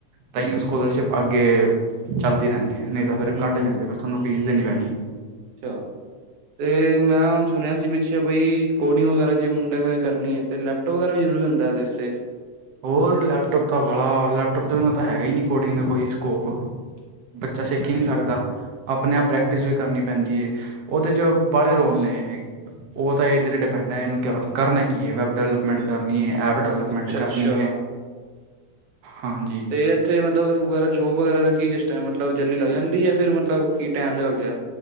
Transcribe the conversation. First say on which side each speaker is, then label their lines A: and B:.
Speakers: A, on the right; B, on the right.
A: ਤਾਂ ਉਹ ਸਕੋਲਰਸ਼ਿਪ ਅੱਗੇ ਚੱਲਦੀ ਰਹਿੰਦੀ ਆ ਨੇ। ਫਿਰ
B: ਹੂੰ-ਹੂੰ,
A: ਘੱਟ ਜਾਂਦੇ ਫਿਰ ਤੁਹਾਨੂੰ ਫੀਸ ਦੇਣੀ ਪੈਣੀ ਆ।
B: ਅੱਛਾ, ਤੇ ਮੈਂ ਹੁਣ ਸੁਣਿਆ ਸੀ ਵੀ ਅੱਛਾ ਬਾਈ, ਕੋਡਿੰਗ ਵਗੈਰਾ ਜੇ ਮੁੰਡੇ ਮੈਂ ਕਰਨੀ ਹੈ ਤਾਂ ਲੈਪਟੋਪ ਵਗੈਰਾ ਵੀ ਜ਼ਰੂ ਹੁੰਦਾ ਇਹਦੇ ਵਾਸਤੇ।
A: ਹੋਰ ਲੈਪਟੋਪ ਤਾਂ ਵਾਲਾ ਲੈਪਟੋਪ ਦੇ ਬਿਨਾਂ ਤਾਂ ਹੈਗਾ ਹੀ ਨਹੀਂ ਕੋਡਿੰਗ ਦਾ ਕੋਈ ਸਕੋਪ। ਬੱਚਾ
B: ਅੱਛਾ-ਅੱਛਾ,
A: ਸਿੱਖ ਈ ਨੀ ਸਕਦਾ। ਆਪਣੇ ਆਪ ਪ੍ਰੈਕਟਿਸ ਵੀ ਕਰਨੀ ਪੈਂਦੀ ਹੈ ਉਹਦੇ 'ਚ ਬਾਹਲੇ ਰੋਲ ਨੇ ਉਹ ਤਾਂ ਇਹਦੇ ਤੇ ਡਿਪੈਂਡ ਹੈ ਇਹਨੂੰ ਕਰਨਾ ਕੀ ਹੈ ਵੈਬ ਡਿਵਲਪਮੈਂਟ ਕਰਨੀ ਏ। ਐਪ ਡਿਵਲਪਮੈਂਟ
B: ਅੱਛਾ-ਅੱਛਾ
A: ਕਰਨੀ ਐ, ਹਾਂਜੀ।
B: ਫਿਰ ਇੱਥੇ ਮਤਲਬ ਵਗਰਾ ਜੋਬ ਵਗੈਰਾ ਦਾ ਕੀ ਸਿਸਟਮ ਏ ਮਤਲਬ ਜਲਦੀ ਲੱਗ ਜਾਂਦੀ ਹੈ ਫਿਰ ਮਤਲਬ ਕੀ ਟਾਈਮ ਜ ਲੱਗ ਜਾਏ।